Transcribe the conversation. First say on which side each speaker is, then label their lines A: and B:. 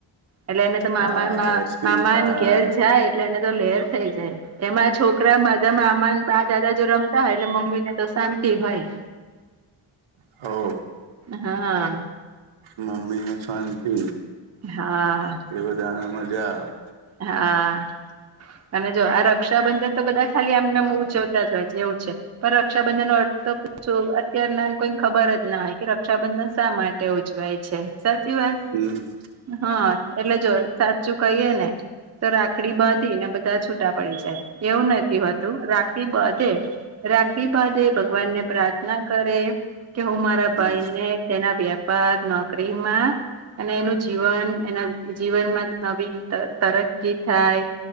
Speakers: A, on the right; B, on the right.
A: એટલે એને તો મામા
B: હા આઈસ્ક્રીમ
A: મામાને
B: ખાય
A: ઘેર જાય એટલે એને તો લેર થઈ જાય એમાં છોકરા બધા મામાને બા દાદા જો રમતા હોય એટલે મમ્મી ને તો શાંતિ હોય
B: હો
A: હા હા
B: મમ્મીને શાંતિ
A: હા
B: એ બધાને મજા આવે
A: હા અને જો આ રક્ષાબંધન તો બધા ખાલી આમને આમ ઉજવાતા જ હોય છે એવું છે પણ રક્ષાબંધન અ તો છો અત્યાર ના કોઈને ખબર જ ના કે રક્ષાબંધન શા માટે એવું ઉજવાય છે સાચી વાત
B: હમ્મ
A: હા એટલે જો સાચું કહીએ ને તો રાખડી બાંધીને બધા છૂટા પડી જાય, એવું નથી હોતું રાખડી બાંધે રાખડી બાધે, ભગવાનને પ્રાર્થના કરે, કે હું મારા
B: હમ
A: ભાઈને તેના વેપાર, નોકરીમાં, અને એનું જીવન એના જીવનમાં નવી તરકી થાય,